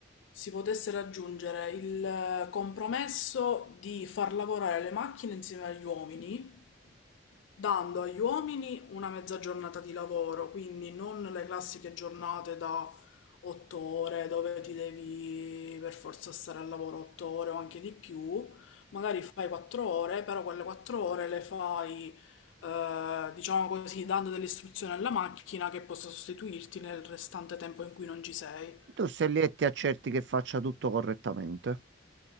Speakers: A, on the left (about 80°); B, on the right (about 65°).
A: si potesse raggiungere il compromesso di far lavorare le macchine insieme agli uomini dando agli uomini una mezza giornata di lavoro, quindi non le classiche giornate da otto ore dove ti devi per forza stare al lavoro otto ore o anche di più, magari fai quattro ore, però quelle quattro ore le fai, eh, diciamo così, dando delle istruzioni alla macchina che possa sostituirti nel restante tempo in cui non ci sei.
B: Tu sei lì e ti accerti che faccia tutto correttamente.